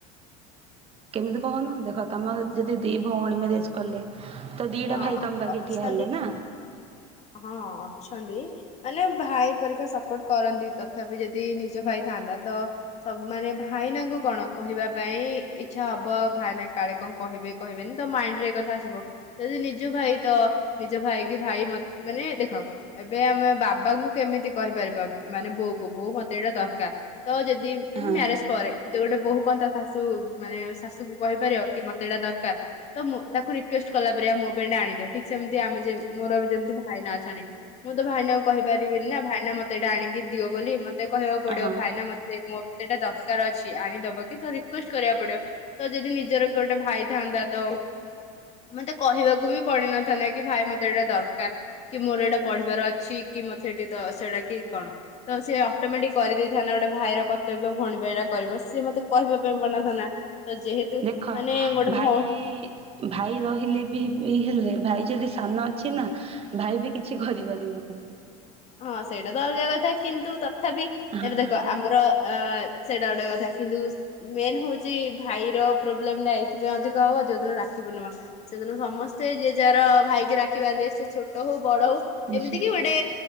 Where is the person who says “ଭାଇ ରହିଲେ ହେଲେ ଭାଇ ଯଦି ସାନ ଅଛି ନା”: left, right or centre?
Right